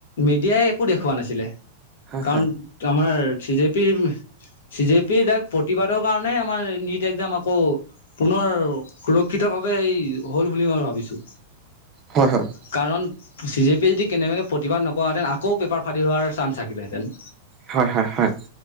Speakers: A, on the left (about 75°); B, on the right (about 25°).
A: মিডিয়াই একো দেখওৱা নাছিলে,
B: হয়
A: কাৰণ আমাৰ চি জে পিৰ- চি জে পিৰ তাত প্ৰতিবাদৰ কাৰণে আমাৰ নিট- এক্সাম আকৌ, পুনৰ সুৰক্ষিত ভাৱেই হ'ল বুলি মই ভাবিছোঁ।
B: হয়, হয়।
A: কাৰণ- চি জে পি যদি কেনেবাকে প্ৰতিবাদ নকৰাহেঁতেন, আকৌ পেপাৰ ফাদিল হোৱাৰ চাঞ্চ থাকিলেহেঁতেন।
B: হয়, হয়, হয়।